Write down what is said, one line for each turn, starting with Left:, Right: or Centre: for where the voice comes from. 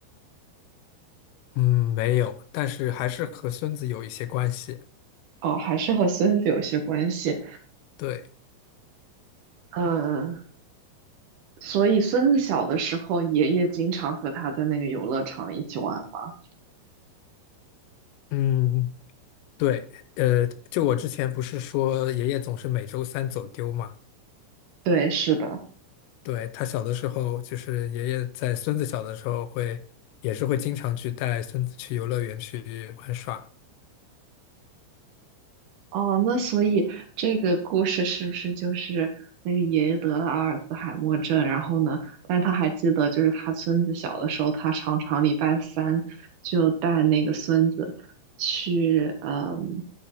Left: 嗯，没有，但是还是和孙子有一些关系，
Right: 哦，还是和孙子有些关系。
Left: 对，
Right: 嗯，所以孙子小的时候，爷爷经常和他在那个游乐场一起玩吗？
Left: 嗯，对，呃，就我之前不是说爷爷总是每周三走丢嘛。
Right: 对，是的。
Left: 对，他小的时候，就是爷爷在孙子小的时候会，也是会经常去带孙子去游乐园去玩耍。
Right: 哦，那所以这个故事是不是就是那个爷爷得了阿尔兹海默症，然后呢，但是他还记得，就是他孙子小的时候，他常常礼拜三就带那个孙子去，嗯，